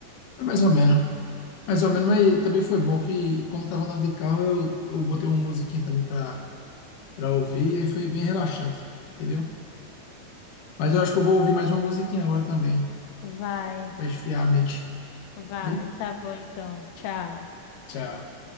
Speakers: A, on the left; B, on the left.
A: É mais ou menos. Mais ou menos, mas também foi bom que quando eu tava andando de carro, eu, eu botei uma musiquinha também pra, pra ouvir, e aí foi bem relaxante, entendeu? Mas eu acho que eu vou ouvir mais uma musiquinha agora também,
B: Vai,
A: pra esfriar a mente.
B: vai,
A: Viu?
B: tá bom então. Tchau.
A: Tchau.